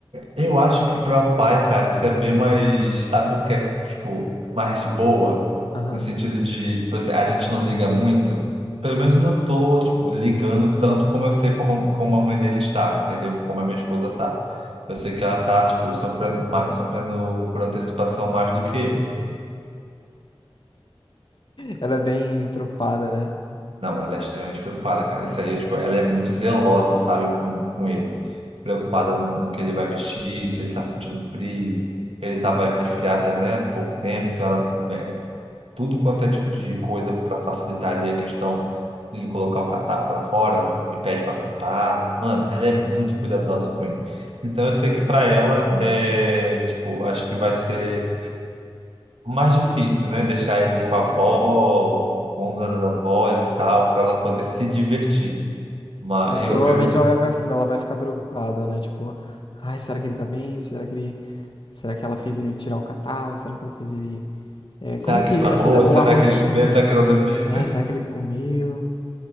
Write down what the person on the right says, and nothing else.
Eu acho que para pai, cara, isso é bem mais, sabe o que é, tipo, mais de boa,
no sentido de, tipo assim, a gente não liga muito. Pelo menos eu não tô, tipo, ligando tanto como eu sei como, como a mãe dele está, entendeu? Como a minha esposa tá. Eu sei que ela tá, tipo, sofrendo, mais, sofrendo por antecipação mais do que eu.
Não, ela é extremamente preocupada, cara. Isso aí, é, tipo, ela é muito zelosa, sabe, com, com ele. Preocupada no, no que ele vai vestir, se ele tá sentindo frio. Ele tava resfriada, né, há pouco tempo, então ela... é, tudo quanto é tipo de coisa para facilitar ali a questão de ele colocar o catarro para fora, ela me pede para comprar. Mano, ela é muito cuidadosa com ele. Então eu sei que para ela, é, tipo, acho que vai ser mais difícil, né? Deixar ele com a avó, com uma das avós e tal, para ela poder se divertir. Mas
eu, eu,
será
que ele mamou?
Será
que ele comeu? Será que ela dormiu?